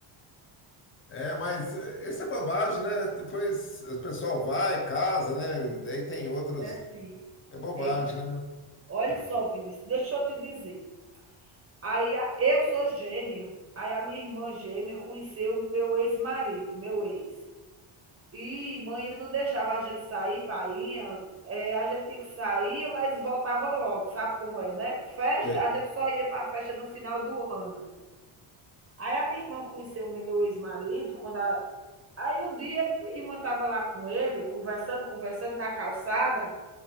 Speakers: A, on the left; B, on the right.
A: É, mas isso é bobagem, né? Depois o pessoal vai, casa, né? Daí tem outros.
B: é sim.
A: É bobagem,
B: Eita,
A: né?
B: olha só, Vinícius, deixa eu te dizer. Aí a- eu sou gêmea. Aí a minha irmã gêmea conheceu meu ex-marido, meu ex. E mãe não deixava a gente sair, painha. eh, a gente tinha que sair, mas voltava logo, sabe como é, né? Festa,
A: É.
B: a gente só ia para a festa no final do ano. Aí a minha irmã conheceu meu ex-marido, quando a- aí um dia minha irmã estava lá com ele, conversando, conversando na calçada,